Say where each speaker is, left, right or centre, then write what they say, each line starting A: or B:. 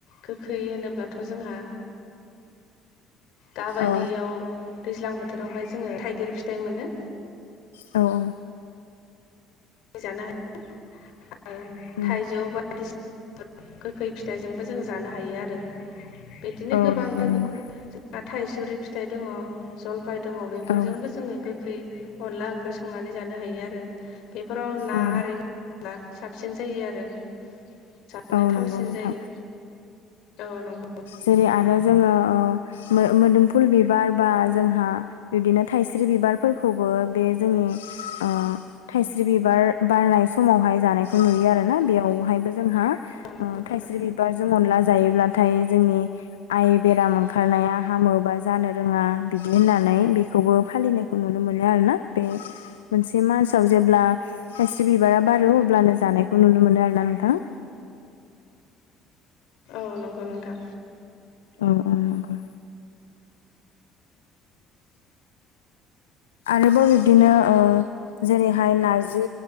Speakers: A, on the left; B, on the left.
A: गोखै होनोब्लाथ' जोंहा दााबायदियाव
B: औ
A: दैज्लां बोथोरावहाय जोङो थाइगिर फिथाइ मोनो
B: अ अ
A: ह
B: उम
A: थाइजौ बा बायदिसिना गोखै फिथाइजोंबो जों जानो हायो आरो आरो बिदिनो
B: औ
A: गोबां
B: नंगौ
A: दङ
B: नंगौ
A: जोंहा थाइसुरि फिथाइ दङ जलफाय दङ बेफोरजोंबो
B: औ
A: जोङो गो खै अनला ओंख्रि संनानै जानो हायो आरो बेफोराव ना
B: औ
A: आरि बा साबसिन जायो आरो जानो
B: औ
A: थावसिन
B: नंगौ नोंथां
A: जायो औ नंगौ
B: जेरै आरो जोङो ओ मोदोमफुल बिबार बा जोंहा बिब्दिनो थाइस्रि बिबारफोरखौबो बे जोंनि ओ थाइस्रि बिबार बारनाय समावहाय जानायखौ नुयो आरोना बेयावहायबो जोंहा
A: नंगौ
B: थाइस्रि
A: नोंथां,
B: बिबारजों अनला जायोब्लाथाय जोंनि आइ बेराम ओंखारनाया हामोबा जानो रोङा बिदि होननानै बेखौबो फालिनाय नुनो मोनो आरोना बे मोनसे मानासाव जेब्ला खायस्रि बिबारा बारो अब्लानो जानायखौ नुनो मोनो आरो ना नोंथाङा
A: औ नंगौ नोंथां
B: औ औ नंगौ आरोबाव बिब्दिनो ओ जेरैहाय नारजि